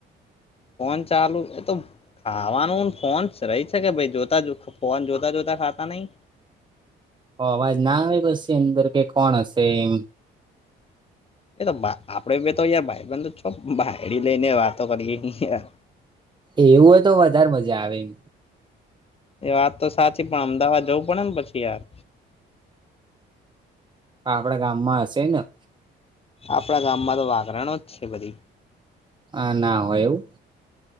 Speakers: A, on the left (about 30°); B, on the right (about 20°).
A: ફોન ચાલુ એ તો ખાવાનું ને ફોન રહી શકે ભઈ જોતા જોતા. ફોન જોતા જોતા ખાતા નહી.
B: અવાજ ના આવે પસી અંદર કે કોણ હશે એમ.
A: એ તો બા આપડે બે તો યાર ભાઈબંધ જ છો, બાયરી લઈને વાતો કરીએ <unintelligible>
B: એવું હોય તો વધારે મજા આવે એમ.
A: એ વાત તો સાચી પણ અમદાવાદ જવું પડે ને પછી યાર.
B: આપડા ગામમાં હશે ને.
A: આપણા ગામમાં તો વાઘરણો જ છે બધી.
B: આ ના હોય એવું?